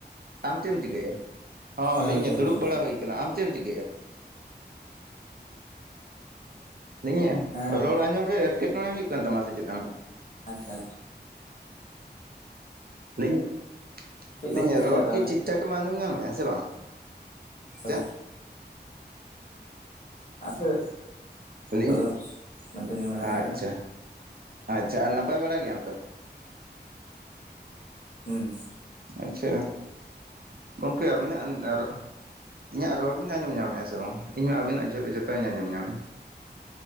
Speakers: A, on the right; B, on the left.
A: ᱟᱢ ᱪᱮᱫ ᱮᱢ ᱪᱤᱠᱟᱹᱭᱮᱜᱼᱟ? ᱦᱚᱸ
B: ᱦᱮᱸ
A: ᱞᱟᱹᱭᱮᱫᱟᱹᱧ
B: ᱦᱳᱭ ᱡᱚᱦᱟᱨ
A: ᱫᱩᱲᱩᱵ
B: ᱡᱚᱦᱟᱨ
A: ᱵᱟᱲᱟ ᱦᱩᱭ ᱠᱟᱱᱟ᱾ ᱟᱢ ᱪᱮᱢ ᱪᱤᱠᱟᱹᱭᱮᱜᱼᱟ? <unintelligible>
B: ᱦᱮᱸ
A: ᱨᱚᱲ ᱟᱸᱡᱚᱢ ᱨᱮ ᱮᱴᱠᱮᱴᱚᱬᱮ ᱦᱩᱭᱩᱜ ᱠᱟᱱ ᱛᱟᱢᱟ ᱥᱮ ᱪᱮᱫ ᱟᱢ?
B: ᱟᱪᱪᱷᱟ᱾
A: <unintelligible>
B: ᱪᱮᱫ ᱠᱚᱢ ᱪᱤᱠᱟᱹᱭᱮᱫᱟ
A: ᱨᱚᱲ
B: ᱛᱟᱦᱚᱞᱮ
A: ᱠᱤ ᱴᱷᱤᱠ ᱴᱷᱟᱠᱮᱢ ᱟᱸᱡᱚᱢ ᱧᱟᱢᱮᱜᱼᱟ ᱥᱮ ᱵᱟᱝ᱾
B: ᱦᱳᱭ
A: ᱪᱮ
B: <unintelligible>
A: ᱞᱟᱹᱭᱮᱫᱟᱹᱧ
B: ᱫᱟᱹᱛᱟᱹᱱᱤ ᱵᱟᱲᱟᱭ ᱦᱩᱭᱩᱜ
A: ᱟᱪᱪᱷᱟ
B: ᱠᱟᱱᱟ᱾
A: ᱟᱪᱪᱷᱟ ᱟᱨ ᱱᱟᱯᱟᱭ ᱵᱟᱲᱟ ᱜᱮᱭᱟᱢ ᱛᱚ?
B: ᱦᱩᱸ
A: ᱟᱪᱪᱷᱟ ᱜᱚᱢᱠᱮ ᱟᱹᱵᱤᱱᱟᱜ ᱨᱚ ᱤᱧᱟᱹᱜ ᱨᱚᱲ ᱵᱤᱱ ᱟᱸᱡᱚᱢ ᱧᱟᱢᱮᱫᱼᱟ ᱥᱮ ᱵᱟᱝ? ᱤᱧᱢᱟ ᱟᱵᱤᱱᱟᱜ ᱡᱚᱛᱟᱜ ᱤᱧ ᱟᱸᱡᱚᱢ ᱧᱟᱢᱮᱫᱼᱟ